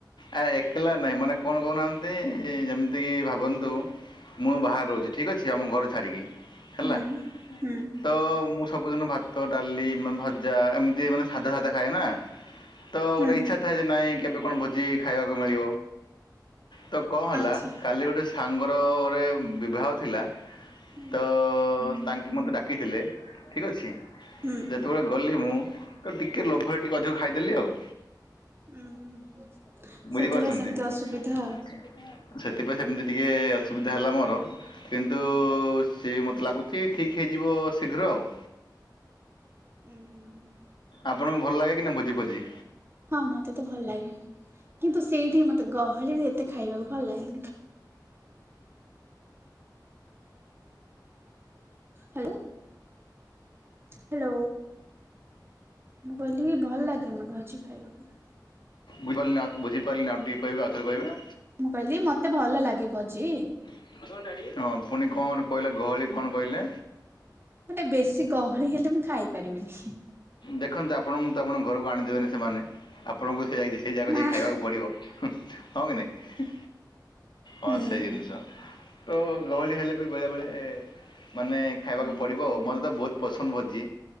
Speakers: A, on the left (about 85°); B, on the right (about 30°).
A: ଆ ଏକେଲା ନାଇଁ ମାନେ କଣ କହୁନାହାନ୍ତି ଏ ଯେମିତି କି ଭାବନ୍ତୁ। ମୁଁ ବାହାରେ ରହୁଛି ଠିକ ଅଛି ଆମ ଘରୁ ଛାଡ଼ିକି ହେଲା।
B: ହୁଁ ହୁଁ।
A: ତ ମୁଁ ସବୁଦିନ ଭାତ ଡ଼ାଲି ମା ଭଜା ଏମିତି ମାନେ ସାଧା ସାଧା ଖାଏନା। ତ ଗୋଟେ
B: ହୁଁ
A: ଇଚ୍ଛା ଥାଏ ଯେ ନାଇଁ କେବେ କଣ ଭୋଜି ଖାଇବାକୁ ମିଳିବ ତ କଁ ହେଲା
B: ଆଚ୍ଛା
A: କାଲି ଗୋଟେ ସାଙ୍ଗର ଗୋଟେ ବିବାହ ଥିଲା
B: ହୁଁ
A: ତ ତାଙ୍କେ ମୋତେ ଡ଼ାକିଥିଲେ। ଠିକ ଅଛି।
B: ହୁଁ।
A: ଯେତବେଳେ ଗଲି ମୁଁ ତ ଟିକେ ଲୋଭରେ ଟିକେ ଅଧିକ ଖାଇଦେଲି ଆଉ।
B: ଉଁ ହୁଁ ହୁଁ। ସେଥିପାଇଁ
A: ବୁଝିପାରୁଛନ୍ତି
B: ସେମିତି
A: <unintelligible>
B: ଅସୁବିଧା।
A: ସେଥିପାଇଁ ସେମିତି ଟିକେ ଅସୁବିଧା ହେଲା ମୋର। କିନ୍ତୁ ସିଏ ମତେ ଲାଗୁଛି ଠିକ୍ ହେଇଯିବ ଶୀଘ୍ର ଆଉ।
B: ଉୁଁ ହୁଁ ହୁଁ।
A: ଆପଣଙ୍କୁ ଭଲ ଲାଗେ କି ନା ଭୋଜି ଫୋଜି।
B: ହଁ ମତେ ତ ଭଲ ଲାଗେ କିନ୍ତୁ ସେଇଠି ମତେ ଗହଳିରେ ଏତେ ଖାଇବାକୁ ଭଲ ଲାଗେନି। ହାଲୁ। ହାଲୋ ମୁଁ କହିଲି ଭଲ ଲାଗିବନା ଭଜି ଖାଇବାକୁ।
A: ବୁଝିପାଇନା ବୁଝିପାରିଲିନା ଆଉ ଟିକ କହିବେ ଆଉଥରେ କହିବେ।
B: ମୁଁ କହିଲି ମତେ ଭଲ ଲାଗେ ଭଜି।
A: <inaudible> ହଁ ପୁଣି କଣ ଗୋଟେ କହିଲେ ଗହଳି କଣ କହିଲେ।
B: ମାନେ ବେଶୀ ଗହଳି ହେଲେ ମୁଁ ଖାଇ ପାରିମିନି।
A: ଦେଖନ୍ତୁ ଆପଣଙ୍କୁ ତ ଆପଣ ଘରକୁ ଆଣିଦେବେନି ସେମାନେ ଆପଣଙ୍କୁ ସେ ଯାଇକି। ସେ ଜାଗାକୁ
B: ନା
A: ଯାଇ ଖାଇବାକୁ ପଡ଼ିବ ହୁଁ। ହଁ କି ନାଇଁ ଅ
B: ହୁଁ
A: ସେଇ ଜିନିଷ। ତ ଗହଳି ହେଲେ ବି ବେଳେ ବେଳେ ଏ। ମାନେ ଖାଇବାକୁ ପଡ଼ିବ ଆଉ ମୋର ତ ବହୁତ ପସନ୍ଦ ଭୋଜି